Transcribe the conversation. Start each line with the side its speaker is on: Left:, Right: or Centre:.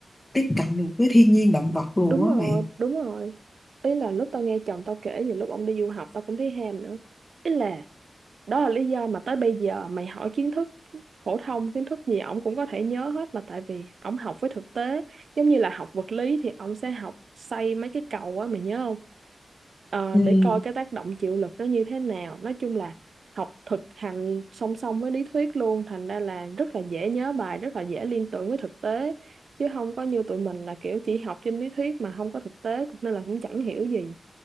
Left: tiếp cận được với thiên nhiên động vật luôn
Right: đúng
Left: á
Right: rồi
Left: mày
Right: đúng rồi ý là lúc tao nghe chồng tao kể về lúc ông đi du học tao cũng thấy ham nữa ý là đó là lý do mà tới bây giờ mày hỏi kiến thức phổ thông kiến thức gì ổng cũng có thể nhớ hết mà tại vì ổng học với thực tế giống như là học vật lý thì ổng sẽ học xây mấy cái cầu á mày nhớ không Ờ,
Left: Ừ.
Right: để coi cái tác động chịu lực nó như thế nào nói chung là học thực hành song song với lý thuyết luôn thành ra là rất là dễ nhớ bài rất là dễ liên tưởng với thực tế chứ không có như tụi mình là kiểu chỉ học trên lý thuyết mà không có thực tế nên là cũng chẳng hiểu gì